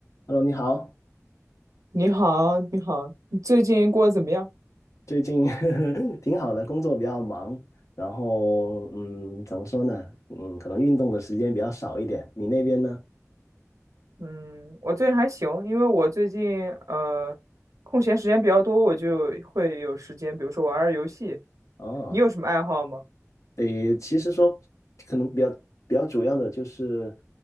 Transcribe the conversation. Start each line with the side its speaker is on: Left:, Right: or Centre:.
Left: Hello，你好，
Right: 你好，你好，你最近过得怎么样？
Left: 最近 <laughs> 挺好的，工作比较忙，然后嗯，怎么说呢？嗯，可能运动的时间比较少一点。你那边呢？
Right: 嗯，我最近还行，因为我最近呃空闲时间比较多，我就会有时间，比如说玩玩游戏。
Left: 哦，
Right: 你有什么爱好吗？
Left: 诶，其实说可能比较比较主要的就是